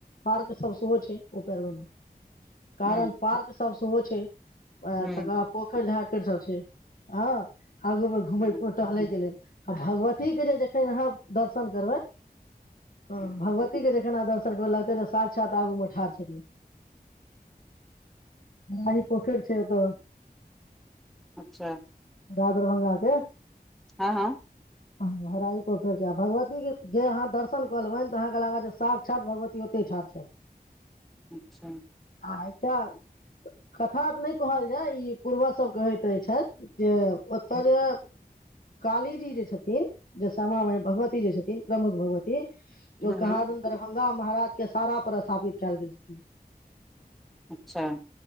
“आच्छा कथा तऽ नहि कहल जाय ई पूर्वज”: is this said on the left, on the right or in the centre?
Left